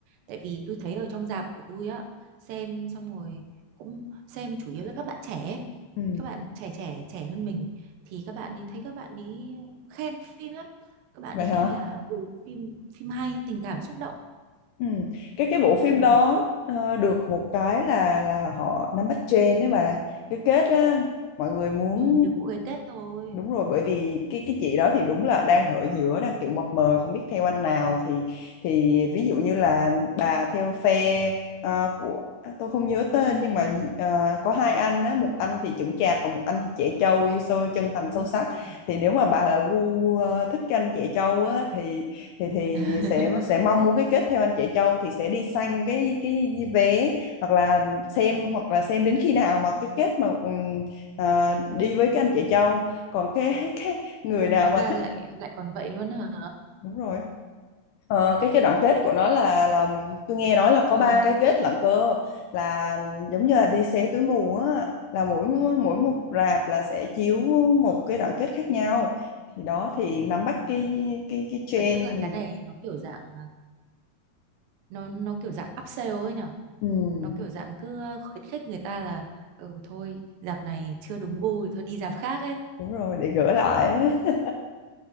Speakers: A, on the right (about 80°); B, on the left (about 80°).
A: tại vì tôi thấy ở trong rạp của tôi á xem xong rồi cũng xem chủ yếu là các bạn trẻ ấy.
B: ừ.
A: các bạn trẻ trẻ trẻ hơn mình thì các bạn ấy thấy các bạn ấy khen phim lắm các bạn
B: vậy
A: ấy khen
B: hả
A: là ừ, phim phim hay tình cảm xúc động
B: Ừ. Cái cái bộ phim
A: thế là mình
B: đó ờ, được một cái là là họ nắm bắt trend đấy bà cái kết á mọi người muốn
A: ừ, được mỗi cái kết thôi
B: đúng rồi bởi vì cái cái chị đó thì đúng là đang ở giữa đang kiểu mập mờ không biết theo anh nào thì thì ví dụ như là bà theo phe ờ, của à, tôi không nhớ tên nhưng mà ờ, có hai anh á một anh thì chững chạc còn một anh thì trẻ trâu yêu sâu chân thành
A: đúng
B: sâu
A: rồi
B: sắc
A: đúng rồi
B: thì nếu mà bà là gu ờ, thích canh trẻ trâu á thì thì thì
A: <laughs>
B: sẽ sẽ mong muốn cái kết theo anh chị Châu thì sẽ đi săn cái cái vé hoặc là xem hoặc là xem đến khi nào mà cái kết mà ừm, à, đi với các anh chị Châu còn cái cái người
A: ui
B: nào
A: hóa
B: mà
A: ra
B: thích
A: lại lại còn vậy luôn hả
B: đúng rồi Ờ, cái cái đoạn kết của nó là là tôi nghe nói là
A: trời
B: có ba
A: ơi,
B: cái kết lận cơ là giống như là đi xé túi mù á là mỗi mỗi một rạp là sẽ chiếu
A: ờ,
B: một cái đoạn kết khác nhau thì đó thì nắm bắt cái cái cái trend
A: vậy tức là cái này nó kiểu dạng à, nó nó kiểu dạng upsell ấy nhở
B: ừ.
A: nó kiểu dạng cứ ờ, khuyến khích người ta là ừ thôi dạp này chưa đúng gu thì thôi đi dạp khác ấy
B: đúng rồi để gỡ lại á.